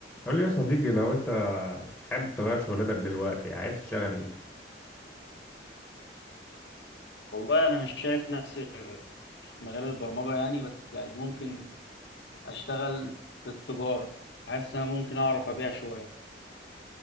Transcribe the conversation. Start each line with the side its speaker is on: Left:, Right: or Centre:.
Centre: قول لي يا صديقي لو انت حابب تغير شغلتك دلوقتي عايز تشتغل ايه
Left: والله انا مش شايف نفسي غير في مجال البرمجه يعني بس يعني ممكن اشتغل في التجاره حاسس ان انا ممكن اعرف ابيع شويه